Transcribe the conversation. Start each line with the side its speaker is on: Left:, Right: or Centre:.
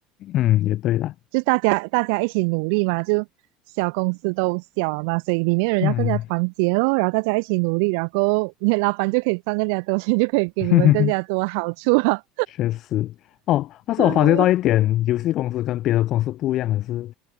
Left: 嗯，也对啦，
Right: 就大家大家一起努力嘛，就小公司都小了嘛，所以里面的人要更加团结咯，
Left: 嗯。
Right: 然后大家一起努力，然后 <laughs> 你老板就可以赚更加多钱，就可以给你们更加多好处了。
Left: <laughs> 确实，哦，但是我发觉到一点，
Right: <laughs>
Left: 游戏公司跟别的公司不一样的是，